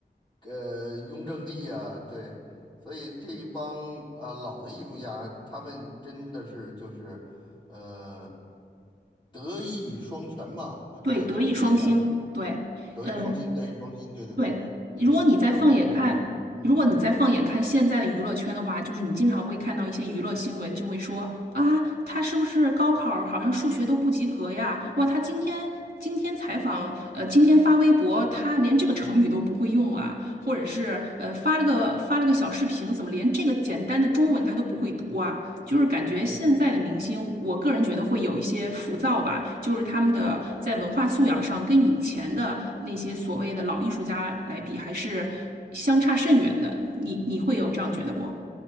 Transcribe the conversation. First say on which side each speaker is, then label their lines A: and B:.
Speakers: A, on the left; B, on the right.
A: 呃，雍正帝啊，对，所以这一帮啊老的艺术家，他们真的是就是，呃，德艺双全吧，我觉得也可以这样形容，
B: 对，德艺双馨，对，
A: 德艺双馨，
B: 嗯、
A: 德艺双馨，对对对，
B: 对，如果你再放眼看，
A: 对，就是可以这样形容，
B: 如果你再放眼看现在的娱乐圈的话，
A: 嗯
B: 就是你经常会看到一些娱乐新闻，就会说啊，他是不是高考儿好像数学都不及格呀？哇，他今天今天采访，呃，今天发微博，他连这个成语都不会用啊，或者是呃发了个发了个小视频，怎么连这个简单的中文他都不会读啊？就是感觉现在的明星，
A: 嗯。
B: 我个人觉得会有一些浮躁吧，就是他们的在文化素养上跟以前的那些所谓的老艺术家来比，还是相差甚远的。你你会有这样觉得不？